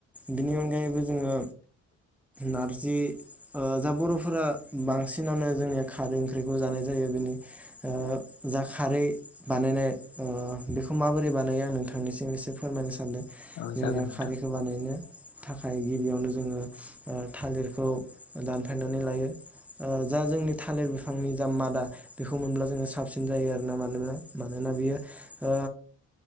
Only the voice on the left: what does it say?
औ
जागोन नोंथां